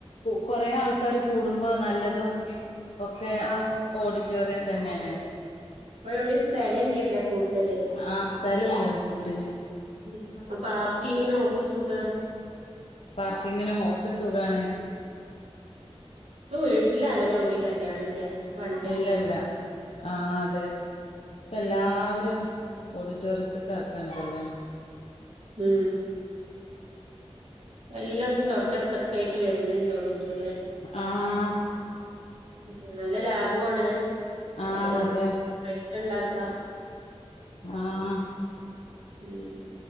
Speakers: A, on the left; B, on the right.
A: കൊറേ ആൾക്കാര് കൂടുമ്പോ നല്ല തും ഒക്കെ
B: ആഹ്
A: ഓഡിറ്റോറിയം തന്നേണ്.
B: ഇപ്പ എവ്ടി സ്ഥലല്ലല്ലേ കൂടുതല്
A: ആഹ് സ്ഥലല്ലെല്ലൊ വീട്ന്
B: ഉം അപ്പൊ പാർക്കിങ്ങിനും ഒക്കെ സുഖാണ്.
A: പാർക്കിങ്ങിനും ഒക്കെ സുഖാണ്.
B: ഇപ്പ വീട്ടില അങ്ങനെ ഔടിം കല്യാണം ഇല്ല. ഒക്കെ പണ്ടായിരുന്നു.
A: ഇല്ലല്ല ആഹ് അതെ ഇപ്പ എല്ലാവരും
B: ഉം
A: ഓഡിറ്റോറിയത്ത്ക്ക് ആക്കാണ് കല്യാണം
B: ഉം എല്ലട്ത്തും തൊട്ടട്ത്തൊക്കെ ആയിട്ട് വര്ന്ന്ണ്ട് ഓഡിറ്റോറിയം.
A: ആഹ്
B: ഉം നല്ല ലാഭു ആണ്.
A: ആഹ്
B: വേഗം
A: അതെ
B: പൈസണ്ടാക്ക
A: ആഹ്
B: ഉം